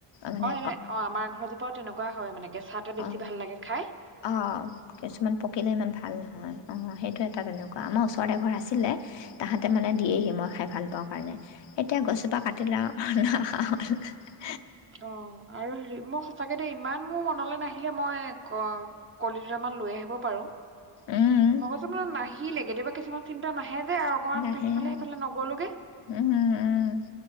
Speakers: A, on the left; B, on the right.
A: মানে
B: অ' এনে, অ', আমাৰ ঘৰজোপাও তেনেকুৱা হয় মানে। কেঁচাতে বেছি
A: অ',
B: ভাল লাগে খাই
A: অ', অ', কিছুমান পকিলে ইমান ভাল নহয়, অ', সেইটো এটা তেনেকুৱা, আমাৰ ওচৰত। ওচৰত এঘৰ আছিলে। তাহাঁতে
B: উম
A: মানে দিয়েহি, মই খাই ভাল পাওঁ কাৰণে। এতিয়া গছজোপা কাটিলে আৰু। <inaudible>
B: অ', আৰু হেৰি মই সঁচাকে দে ইমান মোৰ মনলৈ নাহে। আহিলে মই ক কলি দুটাৰ মান লৈ আহিব পাৰোঁ।
A: উম,
B: মগজু মান নাহিলে, কেতিয়াবা। কিছুমান চিন্তা নাহে। যে আৰু অকমান
A: নাহে,
B: পিছফালে সেইফালে
A: অ',
B: নগ'লোগে
A: উম, উম,